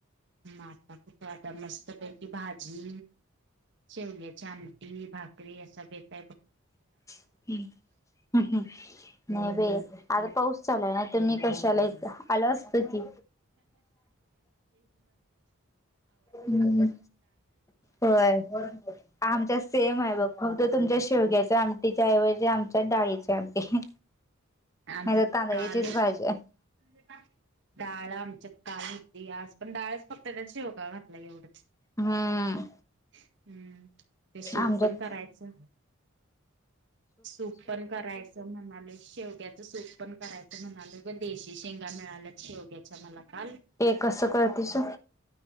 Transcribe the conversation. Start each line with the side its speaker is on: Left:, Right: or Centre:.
Right: म आता कुठं आता मस्तपैकी भाजी शेवयाचे आम ी भाकरी अस बेतय
Left: <unintelligible> नहीं आता पाऊस चालाय ना तर मी कशाला इथं आलो हो की. हम्म होय आमच्यात सेम आहे बघ. फक्त तुमच्या शेवग्याच्या आमटीच्या ऐवजी आमच्या डाळीची आमटी.
Right: आमच्यात
Left: नाही तर तांदळीचीच
Right: काल <unintelligible>
Left: भाजी आहे
Right: काल आमच काल होती आज पण डाळच फक्त त्यात शेवगा घातल्या एवढं.
Left: हम्म
Right: हम्म ते सूप
Left: आमच्यात
Right: पण करायचं. सूप पण करायचं म्हणाले शेवटी याच सूप पण करायच म्हणालो पण देशी शेंगा मिळाल्या शेवग्याच्या मला काल.
Left: ते कसं करतीस?